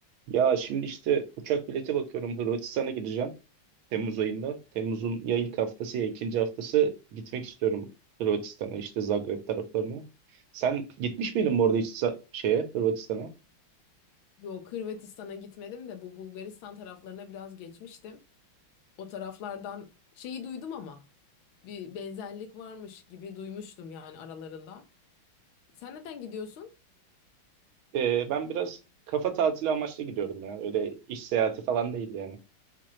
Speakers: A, on the right; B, on the left.
A: Ya şimdi işte uçak bileti bakıyorum. Hırvatistan'a gideceğim. Temmuz ayında. Temmuz'un ya ilk haftası ya ikinci haftası gitmek istiyorum Hırvatistan'a işte Zagreb taraflarına. Sen gitmiş miydin bu arada hiç sa- şeye Hırvatistan'a?
B: Yok Hırvatistan'a gitmedim de bu Bulgaristan taraflarına biraz geçmiştim. O taraflardan şeyi duydum ama bir benzerlik varmış gibi duymuştum yani aralarında. Sen neden gidiyorsun?
A: Ee, ben biraz kafa tatili amaçlı gidiyorum ya. Öyle iş seyahati falan değil yani.